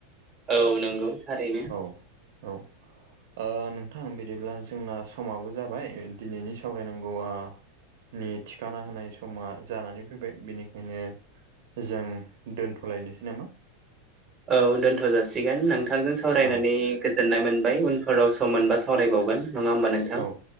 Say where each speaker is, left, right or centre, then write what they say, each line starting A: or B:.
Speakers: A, on the right; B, on the right.
A: औ नंगौ थारैनो
B: औ औ ओ नोंथां बिदिब्ला जोंना समाबो जाबाय दिनैनि सावरायनांगौआ नि थिखाना होनाय समा जानानै फैबाय बिनिखायनो। जों दोनथ'लायनोसै नामा?
A: औ दोनथ' जासिगोन नोंथांजों सावरायनानै
B: औ
A: गो गोजोननाय मोनबाय उनफोराव सम मोनबा सावरायबावगोन नङा होमबा नों
B: औ